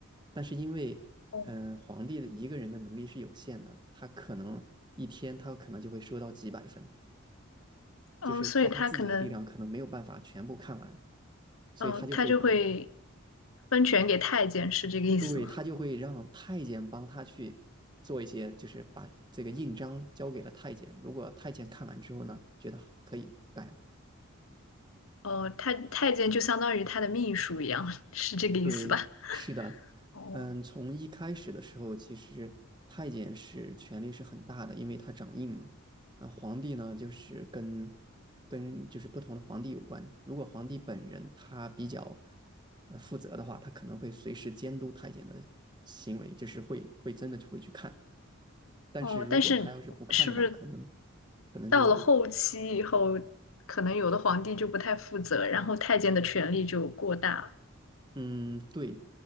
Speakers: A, on the right (about 20°); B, on the left (about 70°).
A: 但是因为，
B: 哦
A: 嗯、呃皇帝的一个人的能力是有限的，他可能一天他可能就会收到几百份，
B: 哦，
A: 就是靠他自己的力量可能没有办法全部看完，
B: 所以他可能，
A: 所以他就会把，
B: 嗯，他就会分权给太监，是这个意思吗？
A: 对，他就会让太监帮他去做一些，就是把这个印章交给了太监。如果太监看完之后呢，觉得可以改
B: 哦，太太监就相当于他的秘书一样，<laughs> 是这个意思吧？
A: 对，是的，
B: 哦
A: 嗯，从一开始的时候，其实太监是权力是很大的，因为他掌印嘛。那皇帝呢，就是跟跟就是不同的皇帝有关。如果皇帝本人他比较呃负责的话，他可能会随时监督太监的行为，就是会会真的就会去看。但是如果他要是不看的话，
B: 哦，但是是不是
A: 可能可能就
B: 到了后期以后，可能有的皇帝就不太负责，然后太监的权力就过大了
A: 嗯，对，